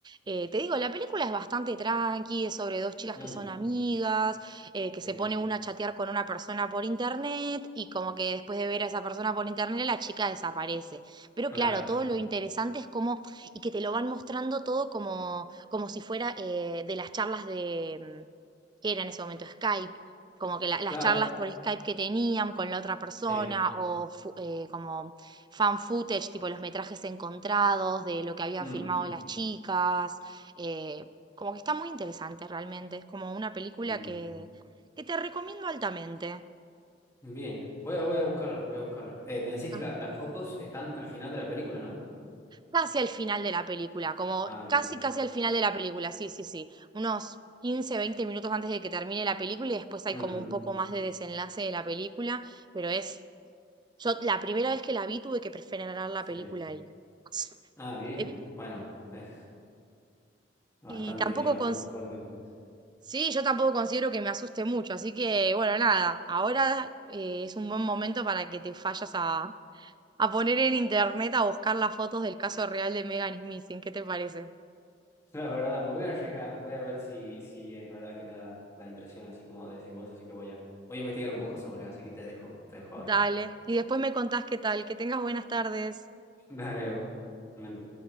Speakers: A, on the right (about 25°); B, on the left (about 15°).
A: eh, te digo, la película es bastante tranqui, es sobre dos chicas
B: Mm,
A: que son amigas, eh, que se
B: sí,
A: pone una a chatear con una persona por internet y como que después de ver a esa persona por internet la chica desaparece. Pero
B: claro,
A: claro, todo
B: sí.
A: lo interesante es como, y que te lo van mostrando todo como, como si fuera eh, de las charlas de, mm, que era en ese momento Skype, como que la- las
B: Claro,
A: charlas por Skype que tenían con la otra persona
B: sí.
A: o fu- eh, como fan footage, tipo los metrajes encontrados de lo que habían
B: Mm,
A: filmado las chicas, eh, como que está muy interesante realmente, es como una película
B: mm.
A: que, que te recomiendo altamente.
B: Bien, voy a, voy a buscarla, voy a buscarla. Eh, me decís
A: Ah,
B: que la- las fotos están al final de la película, ¿no?
A: Casi al final de la película, como
B: Ah,
A: casi
B: bien.
A: casi al final de la película, sí, sí, sí, unos 15 20 minutos antes de que termine la película y después hay
B: Ujú,
A: como un poco más de desenlace de la película, pero es Yo la primera vez que la vi tuve que preferenar la
B: Sí.
A: película ahí. <laughs>
B: Ah, bien.
A: Eh,
B: Bueno, es- Bastante,
A: Y tampoco
B: bastante
A: cons-
B: fuerte parece.
A: sí, yo tampoco considero que me asuste mucho, así que bueno, nada, ahora eh, es un buen momento para que te fallas a, a poner en internet a buscar las fotos del caso real de Megan Smith, ¿qué te parece?
B: <laughs> La verdad, me voy a arriesgar, voy a ver si, si es verdad que me da la impresión, así como decís vos, así que voy a, voy a investigar un poco sobre, así que te dejo, te dejo ahora.
A: Dale, y después me contás qué tal, que tengas buenas tardes.
B: <laughs> Dale, igualmente.